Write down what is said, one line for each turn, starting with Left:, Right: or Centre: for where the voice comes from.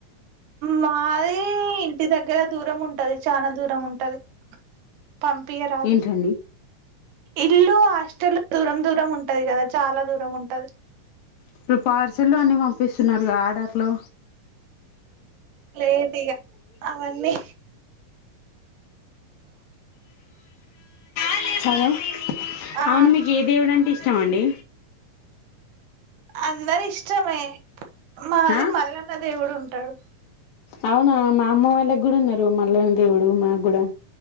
Right: మాది ఇంటి దగ్గర దూరం ఉంటది చనా దూరం ఉంటది పంపియరాదు
Left: ఏంటండి
Right: ఇల్లు హాస్టల్ దూరం దూరం ఉంటది కదా చాలా దూరం ఉంటది
Left: ఇప్పుడు పార్సల్లు అన్నీ పంపిస్తున్నారుగా ఆర్డర్లో
Right: లేదు ఇక అవన్నీ
Left: <unintelligible>
Right: ఆ
Left: అవును మీకు ఏ దేవుడు అంటే ఇష్ట <unintelligible> మండి
Right: అందరు ఇష్టమే మాది
Left: ఆ
Right: మళ్ళ దేవుడు ఉంటాడు
Left: అవునా మా అమ్మ వాళ్ళకి కూడా ఉన్నారు మల్లనా దేవుడు మాకు కూడా